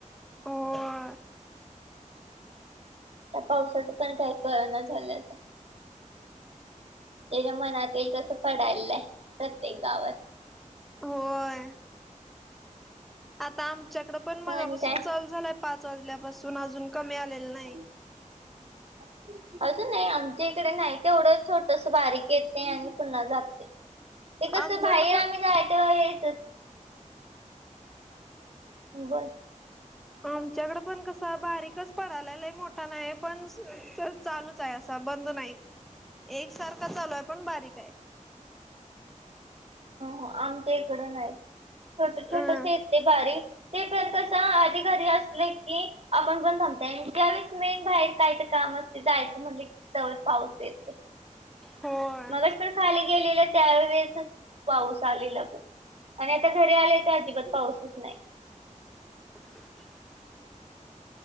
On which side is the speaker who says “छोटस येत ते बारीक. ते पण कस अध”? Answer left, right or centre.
Right